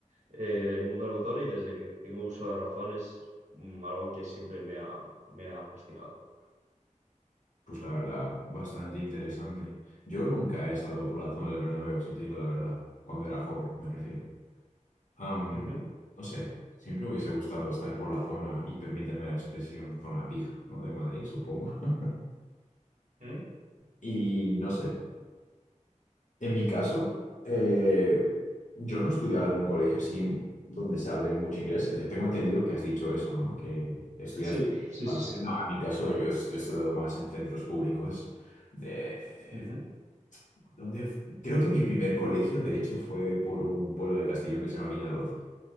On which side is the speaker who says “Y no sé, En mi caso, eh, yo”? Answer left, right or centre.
Left